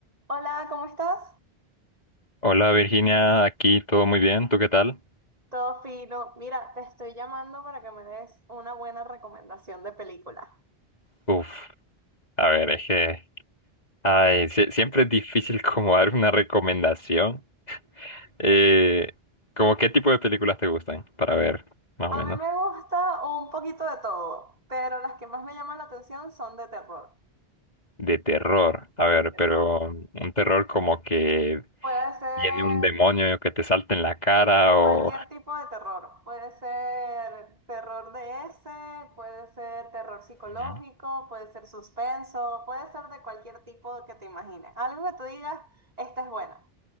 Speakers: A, on the right; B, on the left.
A: Hola, ¿cómo estás?
B: Hola Virginia, aquí todo muy bien, ¿tú qué tal?
A: Todo fino. Mira, te estoy llamando para que me des una buena recomendación de película.
B: Uf, a ver, es que, ay, sie- siempre es difícil <laughs> como dar una recomendación. Eh, ¿cómo qué tipo de películas te gustan? Para ver, más
A: A
B: o menos.
A: mí me gusta un poquito de todo, pero las que más me llaman la atención son de terror.
B: De terror, a ver,
A: De terror.
B: pero um, un terror como que
A: Puede ser
B: viene un demonio que te salta en la cara
A: de
B: o...
A: cualquier tipo de terror. Puede ser terror de ese, puede ser terror psicológico,
B: Ujú.
A: puede ser suspenso, puede ser de cualquier tipo que te imagines. Algo que tú digas, esta es buena.